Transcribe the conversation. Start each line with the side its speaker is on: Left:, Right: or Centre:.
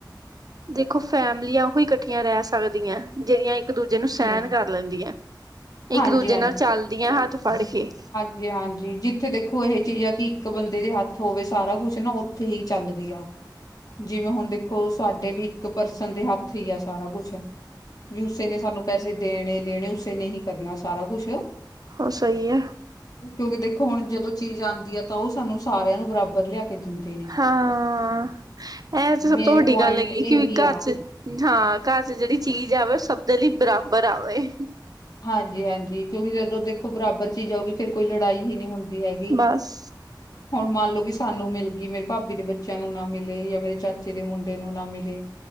Right: ਦੇਖੋ ਫੈਮਲੀਆਂ ਓਹੀ ਇਕੱਠੀਆਂ ਰੈ ਸਕਦੀਆਂ ਜੇੜੀਆਂ ਇੱਕ ਦੂਜੇ ਨੂੰ ਸੈਨ
Left: ਹਾਂਜੀ
Right: ਕਰ ਲੈਂਦੀਆਂ,
Left: ਹਾਂਜੀ
Right: ਇੱਕ ਦੂਜੇ ਨਾਲ ਚੱਲਦੀਆਂ ਹੱਥ ਫੜ ਕੇ।
Left: ਜੀ ਹਾਂਜੀ ਜਿੱਥੇ ਦੇਖੋ ਏਹ ਚੀਜ਼ ਆ ਕੇ ਇੱਕ ਬੰਦੇ ਦੇ ਹੱਥ ਹੋਵੇ ਸਾਰਾ ਕੁਛ ਨਾ ਓਥੇ ਹੀ ਚੱਲਦੀ ਆ। ਜਿਵੇਂ ਹੁਨ ਦੇਖੋ ਸਾਡੇ ਵੀ ਇੱਕ ਪਰਸਨ ਦੇ ਹੱਥ ਈ ਆ ਸਾਰਾ ਕੁਛ ਵੀ ਉਸੇ ਨੇ ਸਾਨੂੰ ਪੈਸੇ ਦੇਨੇ ਲੇਨੇ ਉਸੇ ਨੇ ਹੀ ਕਰਨਾ ਸਾਰਾ ਕੁਛ।
Right: ਓ ਸਈ ਐ।
Left: ਕਿਓਂਕਿ ਦੇਖੋ ਹੁਨ ਜਦੋਂ ਚੀਜ਼ ਆਂਦੀ ਆ ਤਾਂ ਓਹ ਸਾਨੂੰ ਸਾਰੇਆਂ ਨੂੰ ਬਰਾਬਰ ਲਿਆ ਕੇ ਦਿੰਦੇ ਨੇ।
Right: ਹਾਂ ਐਹ ਤੇ ਸਭ
Left: ਮੇਨ
Right: ਤੋਂ ਵੱਡੀ
Left: ਪੁਆਇੰਟ
Right: ਗੱਲ ਹੈਗੀ
Left: ਇਹੀ
Right: ਕੇ
Left: ਆ।
Right: ਘਰ ਚ ਹਾਂ ਘਰ ਚ ਜੇੜੀ ਚੀਜ਼ ਆਵੇ ਓ ਸਬ ਦੇ ਲਈ ਬਰਾਬਰ ਆਵੇ।
Left: ਹਾਂਜੀ-ਹਾਂਜੀ ਕਿਓਂਕਿ ਜਦੋਂ ਦੇਖੋ ਬਰਾਬਰ ਚੀਜ਼ ਆਊਗੀ ਫੇਰ ਕੋਈ ਲੜਾਈ ਹੀ ਨਹੀਂ ਹੁੰ ਹੁੰਦੀ ਹੈਗੀ।
Right: ਬਸ।
Left: ਹੁਨ ਮੰਨ ਲੋ ਕਿ ਸਾਨੂੰ ਮਿਲ ਗੀ ਮੇਰੇ ਭਾਬੀ ਦੇ ਬੱਚਿਆਂ ਨੂੰ ਨਾ ਮਿਲੇ ਜਾਂ ਮੇਰੇ ਚਾਚੇ ਦੇ ਮੁੰਡੇ ਨੂੰ ਨਾ ਮਿਲੇ